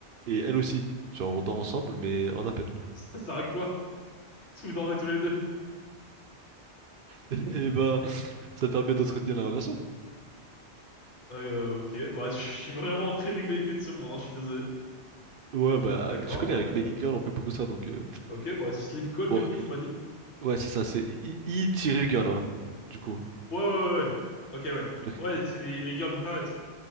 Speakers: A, on the right (about 60°); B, on the left (about 80°).
A: et elle aussi. Genre on dort ensemble, mais en appel.
B: Ça sert à quoi? <laughs> Si vous dormez tous les deux.
A: <laughs> Et bah, ça permet d'entretenir la relation.
B: Euh, ok. Bah je suis vraiment très déconnecté de ce monde, hein, je suis désolé.
A: Ouais, bah,
B: D'accord,
A: tu connais,
B: bon
A: avec
B: bah.
A: mes e-girls, on fait beaucoup ça, donc... euh,
B: Ok, bah sleep call
A: Bon,
B: du coup, tu m'as dit?
A: ouais, c'est ça, c'est i girl hein, du coup.
B: Ouais, ouais, ouais. ouais. Ok, ouais.
A: Ok.
B: Ouais, c'est les, les girls d'Internet.